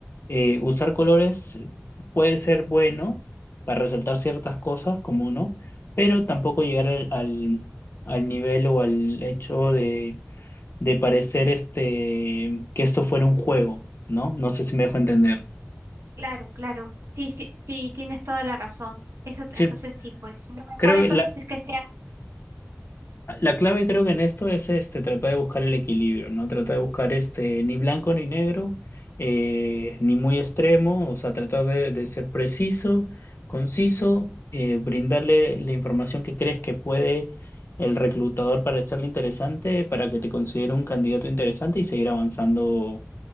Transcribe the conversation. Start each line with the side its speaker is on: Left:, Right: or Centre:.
Left: eh, usar colores eh, puede ser bueno para resaltar ciertas cosas, como no, pero tampoco llegar al, al, al nivel o al hecho de, de parecer este, que esto fuera un juego, ¿no? No sé si me dejo entender.
Right: Claro, claro. Sí, sí, sí, tienes toda la razón. Eso, t-
Left: Sí,
Right: entonces sí, pues lo mejor
Left: creo,
Right: entonces
Left: que
Right: es que sea
Left: La clave creo que en esto es este, tratar de buscar el equilibrio, ¿no? Tratar de buscar este, ni blanco ni negro, eh, ni muy extremo, o sea, tratar de, de ser preciso, conciso, eh, brindarle la información que crees que puede el reclutador para hacerle interesante, para que te considere un candidato interesante y seguir avanzando